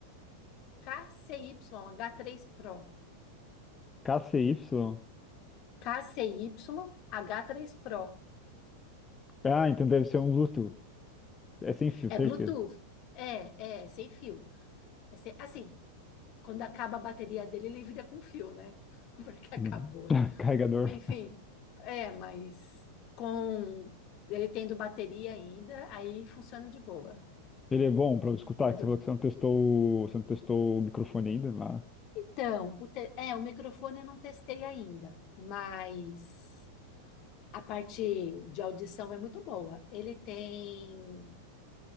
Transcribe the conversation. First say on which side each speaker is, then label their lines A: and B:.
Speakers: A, on the left (about 40°); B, on the left (about 15°).
A: KCY, h três Pro.
B: K C Y?
A: KCY h três Pro.
B: Ah, então deve ser um Bluetooth. É sem fio,
A: É
B: certeza.
A: Bluetooth. É, é, é sem fio. É sem- assim, quando acaba a bateria dele, ele vira com fio, né? <laughs> Porque acabou.
B: Hum. <laughs> Carregador.
A: Enfim, é, mas com ele tendo bateria ainda, aí funciona de boa.
B: Ele é bom pra eu escutar,
A: Ele é Bluetooth.
B: que você falou que você não testou, o- você não testou o microfone ainda, mas...
A: Então, o te- é, o microfone eu não testei ainda, mas a parte de audição é muito boa. Ele tem,